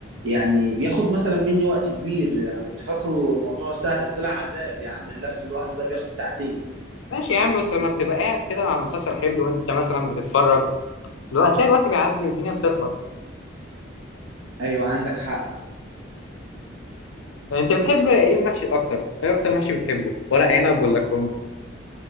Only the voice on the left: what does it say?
ماشي يا عم بس لما بتبقى قاعد كده مع مسلسل حلو وانت مثلا بتتفرج لو هتلاقي الوقت بيعدي والدنيا بتخلص
يعني انت بتحب ايه المحشي الاكتر ايه اكتر محشي بتحبه ورق عنب ولا كرنب